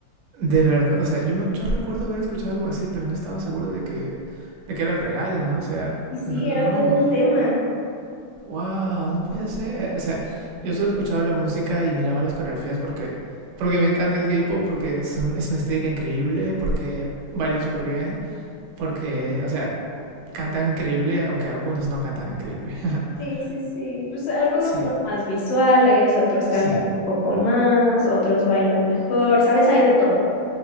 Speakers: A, on the right; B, on the left.
A: De verdad, o sea, yo, me- yo recuerdo haber escuchado algo así, pero no estaba seguro de que, de que era real, ¿no? O sea,
B: Y
A: no,
B: sí, era todo un tema.
A: wow, no puede ser. O sea, yo solo escuchaba la música y miraba las coreografías porque, porque me encanta el K-pop, porque son, es una estética increíble, porque bailan súper bien, porque, o sea, cantan increíble, aunque algunos no cantan increíble. <laughs>
B: Sí, sí, sí. Pues algunos
A: Sí,
B: son más visuales, otros cantan
A: sí.
B: un poco más, otros bailan mejor, ¿sabes? Hay de todo.